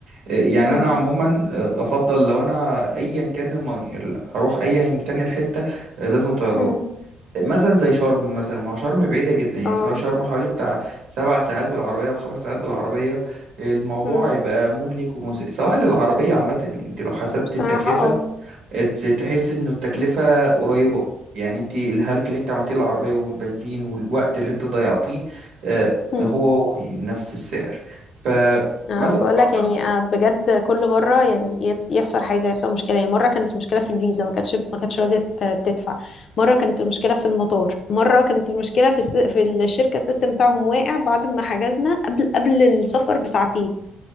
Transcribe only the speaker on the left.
امم
امم
اه
امم
بصراحه
اه
امم
أه بقول
لك يعني أه بجد كل مره يعني يت- يحصل حاجه يحصل مشكله يعني مره كانت المشكله في الفيزا ما كانتش ما كانتش راضيه ت- تدفع مره كانت المشكله في المطار مره كانت المشكله في الس... في الشركه السيستم بتاعهم واقع بعد ما حجزنا قبل قبل السفر بساعتين